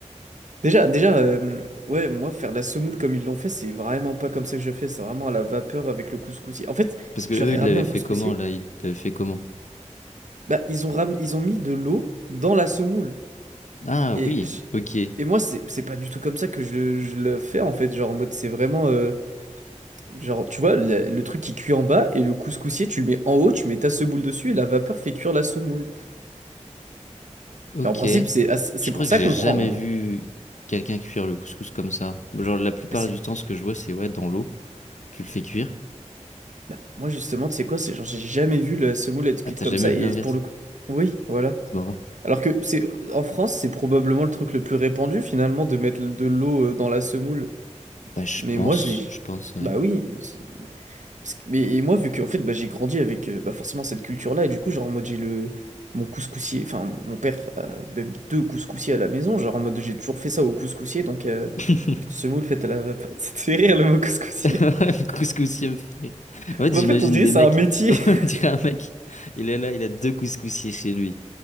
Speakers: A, on the right; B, on the left.
A: déjà, déjà, euh, ouais, moi, faire la semoule comme ils l'ont fait, c'est vraiment pas comme ça que je fais. C'est vraiment à la vapeur avec le couscousier. En fait,
B: Parce que
A: je
B: eux,
A: leur ai
B: ils
A: ramené
B: l'avaient
A: un
B: fait
A: couscousier.
B: comment, là? Ils l'avaient fait comment?
A: Bah, ils ont ram... ils ont mis de l'eau dans la semoule.
B: Ah,
A: Et
B: oui,
A: j-
B: ok.
A: et moi, c'est c'est pas du tout comme ça que je, je le fais en fait. Genre en mode, c'est vraiment, euh, genre, tu vois, le, le truc qui cuit en bas et le couscousier, tu le mets en haut, tu mets ta semoule dessus et la vapeur fait cuire la semoule.
B: Ok.
A: Mais en principe,
B: Je
A: c'est ah, c'est
B: crois
A: pour ça
B: que j'ai
A: qu'on
B: jamais
A: prend.
B: vu quelqu'un cuire le couscous comme ça. Genre, la plupart
A: mais c'est-
B: du temps, ce que je vois, c'est ouais, dans l'eau, tu le fais cuire.
A: bah, moi, justement, tu sais quoi, c'est genre, j'ai jamais vu la semoule être cuite
B: Ah, t'as
A: comme
B: jamais
A: ça,
B: vu
A: et
B: l'inverse?
A: pour le coup. Oui, voilà.
B: C'est marrant.
A: Alors que c'est en France, c'est probablement le truc le plus répandu, finalement, de mettre de l'eau euh, dans la semoule.
B: Bah, je
A: Mais
B: pense,
A: moi, je l'ai.
B: je pense, ouais.
A: Bah oui. c'est- parce que- Mais et moi, vu que en fait, bah, j'ai grandi avec euh, bah, forcément cette culture-là, et du coup, genre, en mode, j'ai le. Mon couscoussier, enfin, mon père a même deux couscoussiers à la maison, genre en mode, j'ai toujours fait ça au couscoussier, donc. euh,
B: <laughs>
A: Avec une semoule faite à la vapeur. <laughs> Ça te fait rire le mot couscoussier.
B: Le couscoussier me fait. rire. En fait,
A: Mais
B: j'imagine
A: En fait, on dirait
B: des
A: que
B: mecs.
A: c'est un métier.
B: <laughs> On
A: <laughs>
B: dirait un mec, il est là, il a deux couscoussiers chez lui.